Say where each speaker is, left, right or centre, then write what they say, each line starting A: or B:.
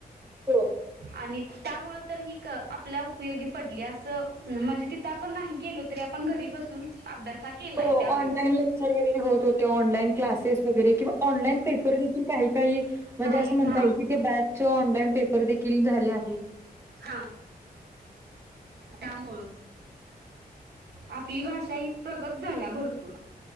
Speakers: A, on the right; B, on the right.
A: हो
B: आणि. त्यामूळ तर ही आपला उपयोगी पडली असं म्हणजे तिथं आपण नाही गेलो तरी आपण घरी बसून. अभ्यास हा केलाय
A: हो
B: त्यावेेळेस
A: ऑनलाईन लेक्चर वगैरे होत होते ऑनलाईन. क्लासेस वगैरे किंवा ऑनलाईन पेपर देखील काही काही म्हणजे
B: काही
A: असं म्हणता
B: हा
A: येईल की ते बॅच ऑनलाईन पेपर देखील झाले आहे.
B: हा त्यामूळ. आपली भाषा ही प्रगत झाल्या भरपूर.